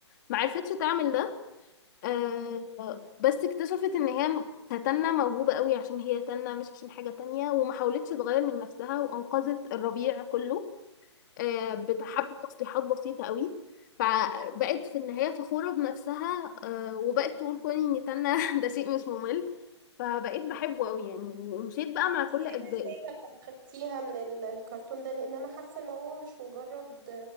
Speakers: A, on the left; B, on the right.
A: ما عرفتش تعمل ده آه
B: أيوة.
A: بس اكتشفت ان هي كتنة موهوبة قوي عشان هي تنة مش عشان حاجة تانية وما حاولتش تغير من نفسها وانقذت الربيع كله آه بحبة
B: مم.
A: تصليحات بسيطة قوي فبقت في النهاية فخورة بنفسها آه وبقت تقول كوني اني تنة <laughs> ده شيء مش ممل فبقيت بحبه قوي يعني ومشيت بقى مع
B: دي
A: كل اجزائه
B: ايه الرسالة اللي أخدتيها من ال- الكرتون ده لأن أنا حاسة إن هو مش مجرد